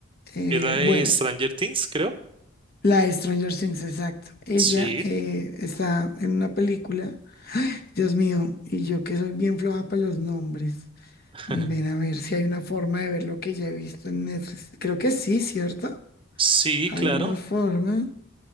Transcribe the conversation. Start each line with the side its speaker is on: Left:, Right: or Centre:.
Left: Eh,
Right: Es la de
Left: bueno,
Right: Stranger Things, creo.
Left: la de Stranger Things, exacto. Ella
Right: Sí.
Left: eh, está en una película. Dios mío, y yo que soy bien floja para los nombres.
Right: <laughs>
Left: Ven a ver si hay una forma de ver lo que ya he visto en Netflix. Creo que sí, ¿cierto?
Right: Sí,
Left: Hay
Right: claro.
Left: una forma,